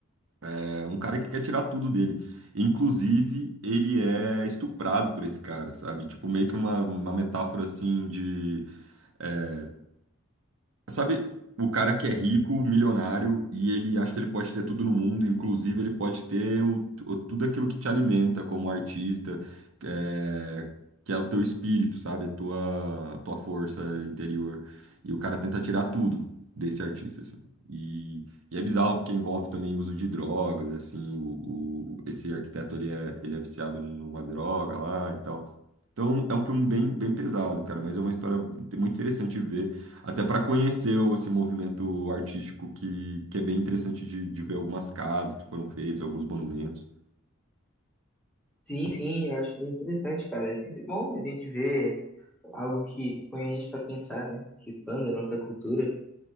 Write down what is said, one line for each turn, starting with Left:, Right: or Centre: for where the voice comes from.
Right: é, um cara que quer tirar tudo dele. Inclusive, ele é estuprado por esse cara, sabe? Tipo, meio que uma, uma metáfora assim de. é, Sabe, o cara que é rico, milionário, e ele acha que ele pode ter tudo no mundo, inclusive ele pode ter o, o- tudo aquilo que te alimenta como artista, é, que é o teu espírito, sabe? A tua, a tua força interior. E o cara tenta tirar tudo desse artista, assim. E, e é bizarro porque envolve também o uso de drogas, assim, o, o- esse arquiteto, ele é, ele é viciado numa droga lá e tal. Então, é um filme bem, bem pesado, cara, mas é uma história muito interessante de ver. Até para conhecer o- esse movimento artístico que, que é bem interessante de, de ver algumas casas que foram feitas, alguns monumentos.
Centre: Sim, sim, eu acho bem interessante, cara. É sempre bom a gente ver. algo que põe a gente para pensar, né? Que expanda a nossa cultura.